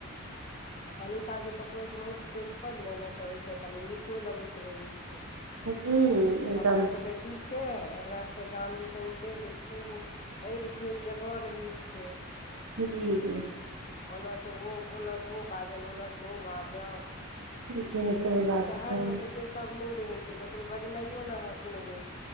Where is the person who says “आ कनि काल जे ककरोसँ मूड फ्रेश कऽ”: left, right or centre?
Left